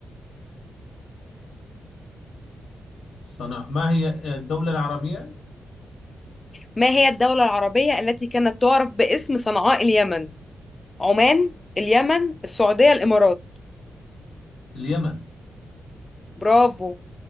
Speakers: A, on the left (about 70°); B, on the left (about 30°).
A: صنع ما هي الدولة العربية؟
B: ما هي الدولة العربية التي كانت تعرف باسم صنعاء اليمن عمان اليمن السعودية الإمارات
A: اليمن
B: برافو